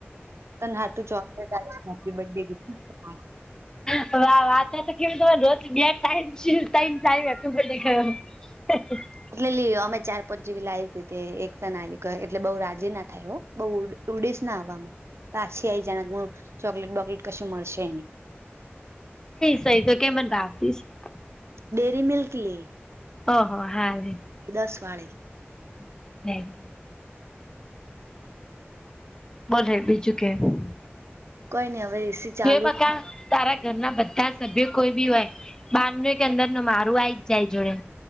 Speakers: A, on the right; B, on the left.
A: ત હાટું ચોકલેટ <unintelligible>
B: વાહ <unintelligible> હા.
A: એટલે લી અમે ચાર પાંચ જેવી લાવી દીધી એકતા નાલી એટલે બહું રાજી ના થાય હો. બહું ઉડીશ હવામાં પાછી આઈ જાય ચોકલેટ બોકલેટ કશું મળશે નહીં.
B: સહી તો કે <unintelligible>
A: ડેરીમિલ્ક લી.
B: ઓહો હા.
A: દસ વાળી.
B: <unintelligible> બલે બીજું કેવું?
A: કઈ નઈ હવે એસી ચાલુ
B: જો બકા તારા ઘરના બધા સભ્યો કોઈ બી હોય બારનું એક અંદરનું મારું આઈ જાય જોડે